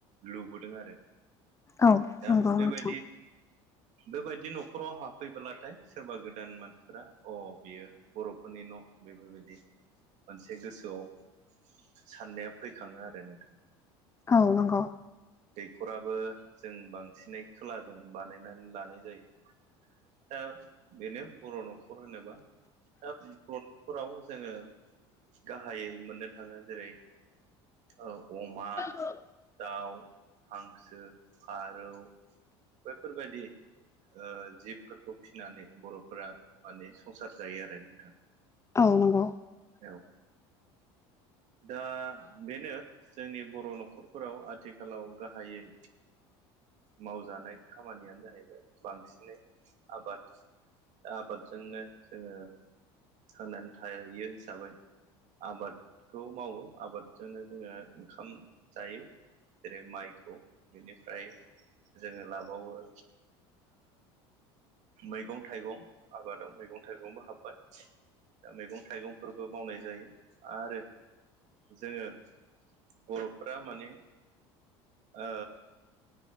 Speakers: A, on the right; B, on the left.
A: लुबोदों आरो
B: औव
A: दा
B: नंगौ
A: बेबायदि
B: नोंथां।
A: बेबायदि न'खराव हाबफैब्लाथाय सोरबा गोदान मानसिफोरा अ बियो? बरफोरनि न बेफोरबायदि मोनसे गोसोआव साननाया फैखाङो आरो नोंथां।
B: औव नंगौव।
A: दैयखराबो जों बांसिनै खोलाजों बानायनानै लानाय जायो। दा बेनो बर न' होनोबा दा बर' नखराव जोंङो गाहायै मोननो-' थाङों जेरै ओ अमा
B: औ <inaudible>
A: दाउ हांसो फारौ बैफोरबायदि ओ जिबफोरखौ फिसिनानै बर'फोरा माने संसार जायो आरो नोंथां
B: औ नंगौ।
A: औव दा बेनो जोंनि बर नखरफोराव आथिखालाव गाहायै मावजानाय खामानियानो जाहैबाय। बांसिनै आबाद आबादजोंनो जोंङों थांनानै थायो हिसाबै आबाद खौ मावो आबादजोंनो जोंङो ओंखाम जायो। जेरै माइखौ बिनिफ्राय जोंङो लाबावो ओ मैगं थाइगं आबादाव मैगं थाइगंबो हाबबाय। मैगं थाइगंफोरबो मावनाय जायो आरो जोङो बर'फोरा माने ओ